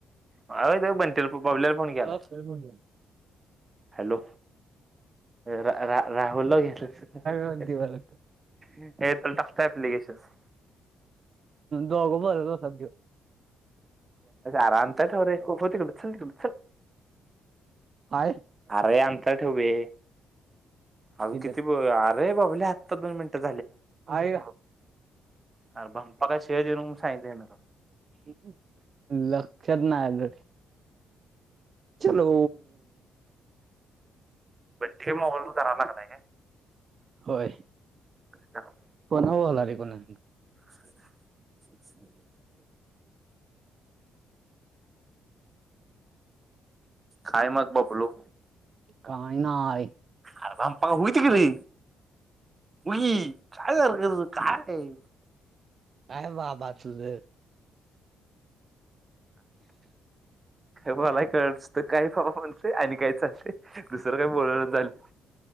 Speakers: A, on the right; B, on the right.
A: अ बनते बबल्या ला फोन केला
B: राहावे
A: हॅलो रा राहुल ला घेतलं हा
B: म्हणते मला.
A: हा हा टाकतो एप्लिकेशन्स ह
B: दोघ बोलत बसा की
A: आराम आायवरे होत <unintelligible> चल
B: हाय
A: अरे अंतर ठेव बे अज
B: इधर
A: किती अरे बाबले आत्ता दोन मिनटात
B: आहेय का
A: अरे
B: <unintelligible>
A: भंपा काय शिवाजी म्हणून सांगितलंय ना
B: <unintelligible> चलो
A: बंटी मोबाईल वर करायला लागलाय
B: होय
A: काय
B: कोण हव हला आहे को ना
A: णततथ काय मग बापलू
B: काय नाय
A: आ बा पाका होते गे रे उी काय सारखं काय
B: आम आ बाचूझ
A: मला कळचत काय फफ म्हस आणि काय चालु तुसर काही बोलण झालं